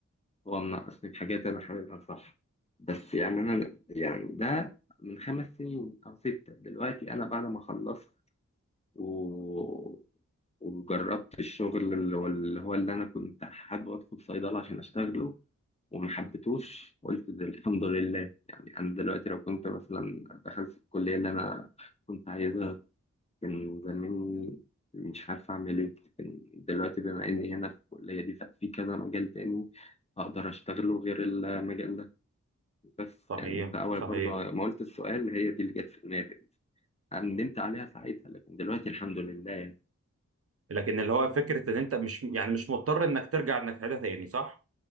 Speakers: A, on the left (about 20°); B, on the right (about 50°).
A: هو مناقصني حاجات أنا حاببها صح بس يعني أنا يعني ده من خمس سنين أو ستة دلوقتي أنا بعد ما خلصت و... وجربت الشغل اللي هو اللي هو اللي أنا كنت حابب أدخل صيدلة عشان أشتغله وما حبيتهوش قلت ده الحمد لله يعني أنا دلوقتي لو كنت مثلا دخلت في الكلية اللي أنا كنت عايزها كان زماني مش عارف أعمل إيه كان دلوقتي بما إني هنا في الكلية دي ففي كذا مجال تاني أقدر أشتغله غير المجال ده بس
B: صحيح
A: يعني أنت أول
B: صحيح
A: برضه ما قلت السؤال هي دي اللي جت في دماغي ندمت عليها ساعتها لكن دلوقتي الحمد لله يعني
B: لكن اللي هو فكره ان انت مش يعني مش مضطر انك ترجع انك تعيدها تاني صح